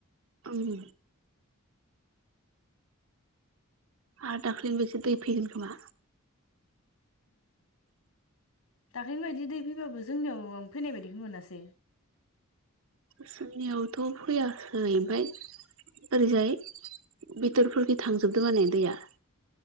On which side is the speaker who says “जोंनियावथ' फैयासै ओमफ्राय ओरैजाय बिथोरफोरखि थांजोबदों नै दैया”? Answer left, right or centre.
Right